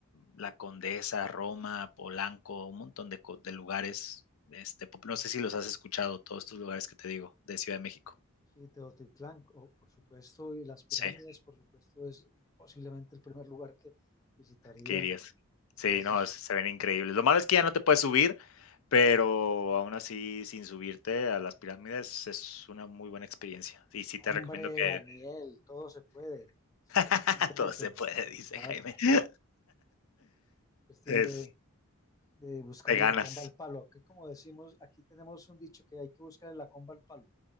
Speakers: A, on the left; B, on the left.
A: la Condesa, Roma, Polanco, un montón de, co- de lugares. Este, pop- no sé si los has escuchado, todos estos lugares que te digo, de Ciudad de México.
B: Sí, Teotihuacán, o, por supuesto, y las pirámides,
A: Sí.
B: por supuesto, es posiblemente el primer lugar que visitaría.
A: ¿Qué dirías?
B: Sí,
A: Sí,
B: eso
A: no,
B: es.
A: es- se ven increíbles. Lo malo es que ya no te puedes subir, pero aún así, sin subirte a las pirámides, es una muy buena experiencia. Y sí
B: Hombre,
A: te recomiendo que
B: Daniel, todo se puede. Es cuestión
A: <laughs>
B: de método.
A: todo se puede, dice
B: Claro,
A: Jaime. <laughs>
B: es cuestión
A: Es
B: de, de buscar
A: de ganas.
B: la comba al palo. Aquí, como decimos, aquí tenemos un dicho que hay que buscar la comba al palo.